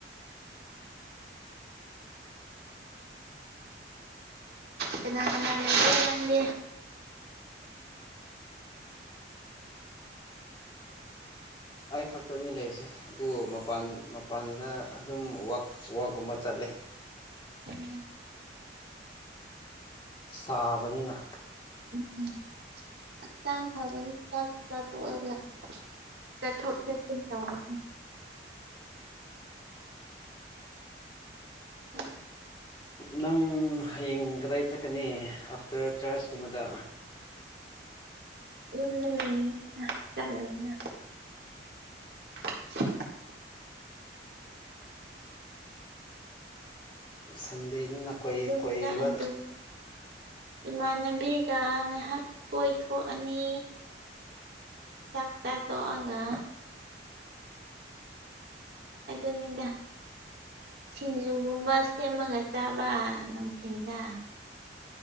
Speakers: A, on the right; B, on the left.
A: ꯀꯅꯥ ꯀꯅꯥ ꯂꯩ ꯂꯩ ꯂꯗꯦ
B: ꯑꯩ ꯈꯛꯇꯅꯤ ꯂꯩꯔꯤꯁꯦ ꯑꯗꯨꯕꯨ ꯃꯄꯥꯟ ꯃꯄꯥꯟꯗ ꯑꯗꯨꯝ ꯋꯥꯛ ꯋꯥꯛꯀꯨꯝꯕ ꯆꯠꯂꯦ
A: ꯎꯝ
B: ꯁꯥꯕꯅꯤꯅ
A: ꯎꯝ ꯎꯝ ꯍꯛꯆꯥꯡ ꯐꯕꯅꯤ ꯆꯥꯛ ꯆꯥ ꯇꯣꯛꯑꯒ ꯆꯠꯊꯣꯛ ꯆꯠꯁꯤꯟ ꯇꯧꯕꯅꯦ ꯎꯝ
B: ꯅꯪ ꯍꯌꯦꯡ ꯀꯗꯥꯏ ꯆꯠꯀꯅꯤ ꯑꯥꯐꯇꯔ ꯆꯔꯆꯀꯨꯝꯕꯗ
A: ꯌꯨꯝꯗ ꯂꯩꯌꯦꯅꯤꯅ ꯆꯠꯂꯣꯏꯅꯦ <inaudible>
B: ꯁꯟꯗꯅꯤꯅꯅꯥ ꯀꯕ
A: ꯌꯨꯝꯗ ꯑꯗꯨꯝ ꯏꯃꯥꯟꯅꯕꯤꯒ ꯉꯥꯏꯍꯥꯛ ꯀꯣꯏꯊꯣꯛꯑꯅꯤ ꯆꯥꯛꯥꯏ ꯇꯣꯑꯒ ꯑꯗꯨꯅꯤꯗꯥ ꯁꯤꯡꯖꯨꯒꯨꯝꯕ ꯁꯦꯝꯃꯒ ꯆꯥꯕ ꯅꯨꯡꯊꯤꯟꯗ